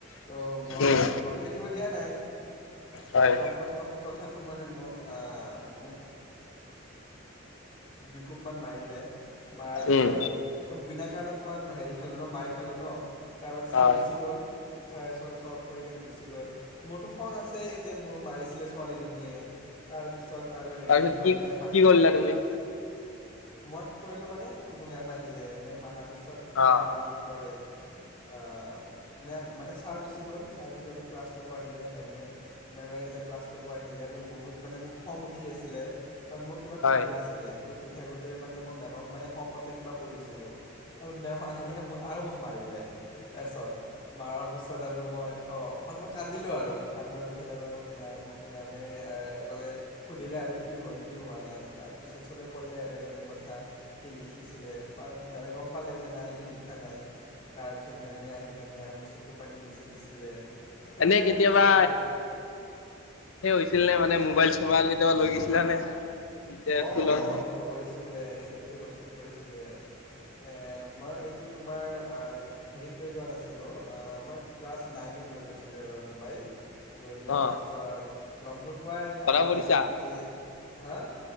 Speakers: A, on the left; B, on the left.
A: ত', মই,
B: উম
A: মইতো লিখিব দিয়া নাই। <unintelligible>
B: হয়
A: তথাপি মানে মোক আ, মোক, দুই কোপ মান মাৰিলে, মাৰাৰ পিছত
B: উম
A: বিনা কাৰণত মই হেৰি খালো ন', মাইৰ খালো ন', তাৰপিছত ছাৰ
B: হয়
A: গুচি গ'ল, ছাৰে চল্ভ কৰি কিনে গুচি গ'ল। মোৰতো খং আছেই যে, মোক মাৰিছিলে ছোৱালীজনীয়ে তাৰপিছত, আৰু হেৰি
B: তাৰপিছত
A: কয়
B: কি
A: মেম আহি
B: কি কৰলা
A: তাৰ
B: তুমি?
A: মই কি কৰিলোঁ মানে, মেম আহিলে, মেম আহাৰ পিছত তোমাৰ
B: অ
A: হেৰী কি কয়, আ, মে'ম, মানে ছাৰ গুচি গল, ছাৰ গুচি যাওঁতে ক্লাছ লব আহিলে মেমে, মেমে যে ক্লাছ লব আহিলে, মোৰ বহুত মানে খং উঠি আছিলে কাৰণ মোৰ, সুধি
B: হয়
A: আছিলে। সুধি থাকোতে মানে মই মে'মক মানে খঙতে কিবা কৈ দিছিলো আৰু মে'ম আহি কেনে আৰু মোক মাৰিলে এচৰ। মাৰাৰ পিছত আৰু মই, অহ, মই কান্দিলো আৰু কান্দাৰ পিছত আৰু মে'ম, মেমে কলে সুধিলে আৰু কি হ'ল কি হোৱা নাই? তাৰপিছত চবে ক'লে আৰু এনে এনে কথা সি লিখিছিলে বা মে'মে গম পালে যে নাই সি লিখা নাই তাৰপিছত মে'মে আহি কেনে মোৰ চকু পানী মুচি দিছিলে। সেইবিলাক
B: এনেই কেতিয়াবা
A: আৰু চুবাৰ উম।
B: সেই হৈছিল নে মানে মোবাইল -চোবাইল কেতিয়াবা লৈ গেচিলা নে? তেতিয়া
A: অহ-অহ
B: স্কুলত
A: সেইটো কৰিছিলে, হেই এইটো - টো লগ - চগে কৰিছিলে, এ, মই এইটো তোমাৰ আ, হেৰিত লৈ যোৱা নাছিলোঁ, আ, বট ক্লাছ নাইনত লৈ গৈছিলোঁ এবাৰ মোবাইল। লৈ যোৱাৰ
B: অ
A: পিছত, গমটো, পুৱাই
B: ধৰা
A: আমাৰ
B: পৰিছা
A: যিখিনি হা,